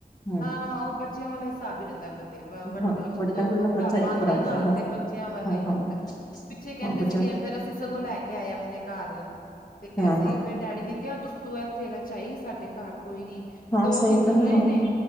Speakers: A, on the left; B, on the left.
A: ਹਮ
B: ਹਾਂ, ਹਾਂ, ਉਹ ਬੱਚਿਆਂ ਵਾਲਾ ਹਿਸਾਬ ਹੀ ਜਾਂਦਾ ਬੰਦੇ ਵੱਡ
A: ਹਾਂ ਵੱਡਾ ਬੰਦਾ
B: ਬੁਢਾਪਾ
A: ਬੱਚਾ ਇੱਕ
B: ਆਉਂਦਾ
A: ਬਰਾਬਰ
B: ਨਾ
A: ਹੈ ਹਾਂ
B: ਤੇ ਬੱਚਿਆਂ ਵਰਗਾ
A: ਹਾਂ
B: ਹੀ ਰਹਿੰਦਾ,
A: ਹਾਂ
B: ਪਿੱਛੇ ਕਹਿੰਦੇ
A: ਹਾਂ ਬੱਚਾ
B: ਸੀਗੇ ਫੇਰ ਅਸੀਂ ਸਗੋਂ ਲੈ ਕੇ ਆਏ, ਆਪਣੇ ਘਰ ਤੇ
A: ਹਾਂ
B: ਅਸੀਂ
A: ਹਾਂ
B: ਫਿਰ ਡੈਡੀ ਨੇ ਕਿਹਾ, ਤੂੰ ਇਥੇ ਰੇਹ ਚਾਈ ਸਾਡੇ ਘਰ ਕੋਈ ਨੀ
A: ਹਾਂ
B: ਦੋ
A: ਸਹੀ
B: ਦਿਨ
A: ਗੱਲ
B: ਰਹੇ
A: ਹੈ ਹਾਂ
B: ਨੇ